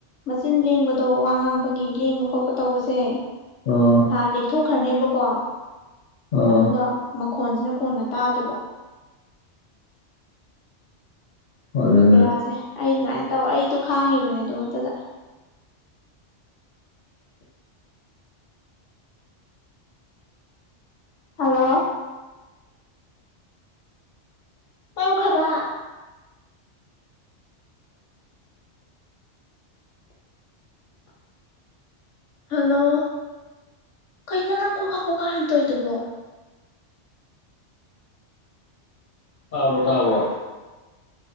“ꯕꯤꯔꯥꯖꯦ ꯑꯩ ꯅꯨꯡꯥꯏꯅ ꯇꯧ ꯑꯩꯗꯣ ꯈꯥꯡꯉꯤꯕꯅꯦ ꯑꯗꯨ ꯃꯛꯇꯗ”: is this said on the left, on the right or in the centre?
Left